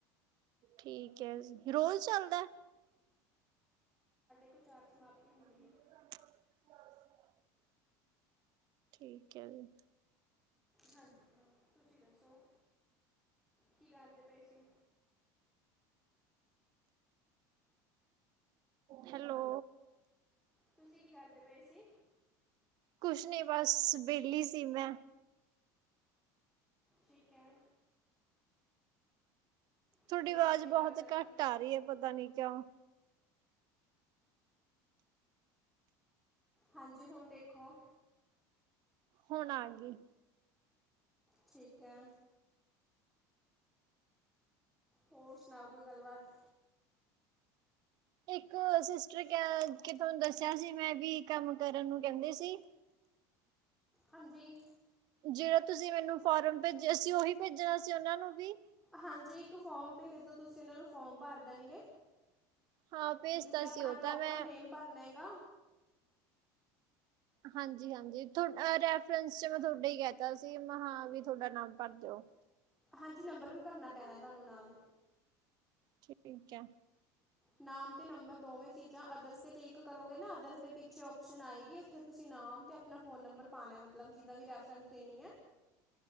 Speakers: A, on the right; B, in the centre.
A: ਠੀਕ ਰੋਜ਼ ਚੱਲ
B: ਤਿੰਨ ਚਾਰ ਸਮਾਪਤੀ ਹੁੰਦੀ
A: <unintelligible>
B: ਹੈ।
A: ਠੀਕ ਹੈ ਜੀ।
B: ਹਾਂਜੀ ਹਾਂ ਤੁਸੀਂ ਦੱਸੋ ਕੀ ਕਰਦੇ ਪਏ ਸੀ
A: ਹੈਲੋ।
B: ਤੁਸੀਂ ਕੀ ਕਰਦੇ ਪਏ ਸੀ।
A: ਕੁਛ ਨੀ ਬਸ ਵਿਹਲੀ ਸੀ ਮੈਂ।
B: ਠੀਕ ਹੈ।
A: ਤੁਹਾਡੀ
B: ਚਲੋ
A: ਆਵਾਜ਼
B: ਵਧੀਆ ਗੱਲ
A: ਬਹੁਤ
B: ਹੈ
A: ਘੱਟ
B: ਮੈਮ
A: ਆ ਰਹੀ ਹੈ, ਪਤਾ ਨੀ ਕਿਉਂ।
B: ਹਾਂਜੀ, ਹੁਣ ਦੇਖੋ।
A: ਹੁਣ ਆ ਗਈ।
B: ਠੀਕ ਹੈ। ਹੋਰ ਸੁਣਾਉ, ਕੋਈ ਗੱਲਬਾਤ।
A: ਇੱਕ ਸਿਸਟਰ ਕ ਕੇ ਤੁਹਾਨੂੰ ਦੱਸਿਆ ਸੀ ਮੈਂ ਵੀ ਕੰਮ ਕਰਨ ਨੂੰ ਕਹਿੰਦੇ ਸੀ।
B: ਹਾਂਜੀ।
A: ਜਿਹੜਾ ਤੁਸੀਂ ਮੈਨੂੰ ਫੋਰਮ ਭੇਜਿਆ ਸੀ, ਉਹੀ ਭੇਜਣਾ ਸੀ ਉਹਨਾਂ ਨੂੰ ਵੀ।
B: ਹਾਂਜੀ, ਇੱਕ ਫੋਮ ਭੇਜ ਦੋ ਤੁਸੀਂ ਇਹਨਾਂ ਨੂੰ ਫੋਮ ਭਰ ਦੇਣਗੇ।
A: ਹਾਂ ਭੇਜਤਾ
B: ਮਤਲਬ ਕੀ ਆਪਣਾ
A: ਸੀ ਉਹ ਤਾਂ
B: ਪ੍ਰੋਪਰ
A: ਮੈਂ
B: ਨੇਮ ਭਰਨਾ ਹੈਗਾ।
A: ਹਾਂਜੀ ਹਾਂਜੀ, ਰੈਫਰੈਂਸ ਚ ਮੈਂ ਤੁਹਾਡੇ ਹੀ ਕਹਿਤਾ ਸੀ ਮੈਂ, ਹਾਂ ਵੀ ਤੁਹਾਡਾ ਨਾਮ ਭਰ ਦਿਉ।
B: ਹਾਂਜੀ, ਨੰਬਰ ਵੀ ਭਰਨਾ ਪੈਣਾ ਤੁਹਾਨੂੰ ਨਾਲ।
A: ਠੀਕ ਹੈ।
B: ਨਾਮ ਤੇ ਨੰਬਰ ਦੋਵੇ ਚੀਜ਼ਾਂ ਅਦਰਸ ਤੇ ਕਲਿਕ ਕਰੋਗੇ ਨਾ ਅਦਰਸ ਦੇ ਪਿੱਛੇ ਓਪਸ਼ਨ ਆਏਗੀ, ਉਥੇ ਤੁਸੀਂ ਨਾਮ ਤੇ ਆਪਣਾ ਫੋਨ ਨੰਬਰ ਪਾਣਾ ਮਤਲਬ ਜੇਦਾ ਵੀ ਰੈਫਰੈਂਸ ਦੇਣੀ ਏ।